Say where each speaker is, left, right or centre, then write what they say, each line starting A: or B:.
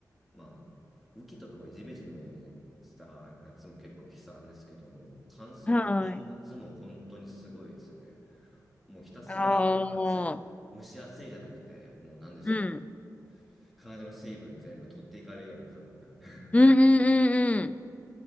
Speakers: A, in the centre; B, on the left.
A: まあ、雨季とかをジメジメした夏も結構悲惨ですけども、乾燥している夏も本当にすごいですよね。
B: はい。
A: もうひたすら暑い。
B: ああ。
A: 蒸し暑いじゃなくて、もうなんでしょう。
B: うん。
A: 体の水分全部取っていかれるような感覚。<laughs>
B: うんうんうんうん。